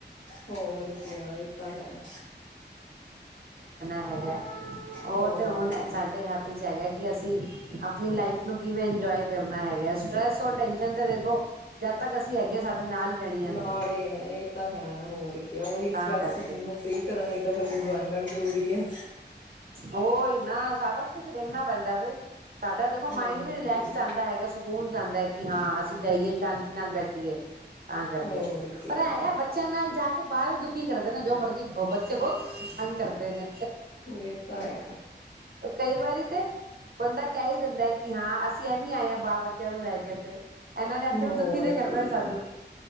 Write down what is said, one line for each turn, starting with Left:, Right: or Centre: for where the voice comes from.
Left: ਹੋਰ ਆ ਇਹ ਤਾਂ ਹੈ।
Right: ਹੋਗਿਆ ਉਹ
Left: ਹੋਰ
Right: ਤੇ ਹੁਣ
Left: ਕੀ
Right: ਸਾਡੇ ਹੱਥ ਚ ਹੈਗਾ ਕਿ, ਅਸੀਂ ਆਪਣੀ ਲਾਈਫ ਨੂੰ ਕਿਵੇਂ ਇੰਜੋਏ ਕਰਨਾ ਹੈਗਾ, ਸਟਰ੍ਰੈਸ ਔਰ ਟੈਸ਼ਨ ਤੇ ਦੇਖੋ ਜਦ ਤੱਕ ਅਸੀਂ ਹੈਗੇ ਹ ਸਾਡੇ ਨਾਲ ਰਹਿਣੀਆਂ
Left: ਨਾਲ
Right: ਨੇ
Left: ਇਹ ਹੈ ਇਹ ਤਾਂ ਹੈ ਹੋਰ ਉਹੀ
Right: ਤਾਂ
Left: ਸਟਰੈਸ
Right: ਕਰਕੇ
Left: ਫਰੀ ਕਰਨ ਲਈ ਤਾਂ ਫਿਰ ਇੰਜੋਏਮੈਂਟ ਜ਼ਰੂਰੀ ਹੈ।
Right: ਉਹ ਇਨਾ ਸਾਰਾ ਕੁਛ ਦੇਖਣਾ ਪੈਂਦਾ ਬਈ ਸਾਡਾ ਦੇਖੋ ਮਾਇੰਡ
Left: ਹਾਂਜੀ
Right: ਵੀ ਰਿਲੈਕਸ ਜਾਂਦਾ ਹੈਗਾ ਸਕੂਨ ਜਾਂਦਾ ਹੈ। ਕਿ ਹਾਂ ਅਸੀਂ ਜਾਈਏ ਸ਼ਾਂਤੀ ਨਾਲ ਬੈਠੀਏ ਤਾਂ ਕਰਕੇ
Left: ਹੋਰ ਕਿਆ
Right: ਪਰ ਹੈਗਾ ਬੱਚਿਆਂ ਨਾਲ ਜਾ ਕੇ ਬਾਹਰ ਵੀ ਦੁਖੀ ਕਰਦੇ ਨੇ, ਜੋ ਮਰਜ਼ੀ ਹੋ ਬੱਚੇ ਬਹੁਤ ਤੰਗ ਕਰਦੇ ਨੇ
Left: ਇਹ ਤਾਂ ਹੈ
Right: ਕਈ ਵਾਰੀ ਤੇ ਬੰਦਾ ਕਹਿ ਹੀ ਦਿੰਦਾ ਕਿ ਹਾਂ ਅਸੀਂ ਐਵੇਂ ਆਏ ਹਾਂ ਬਾਪ ਬੱਚਿਆਂ ਨੂੰ ਲੈ ਕੇ ਤੇ ਇਹਨਾਂ ਨੇ ਇੱਥੇ
Left: ਹੋਰ
Right: ਵੀ ਦੁਖੀ ਤੇ ਕਰਨਾ
Left: ਕੀ
Right: ਸੀ ਸਾਨੂੰ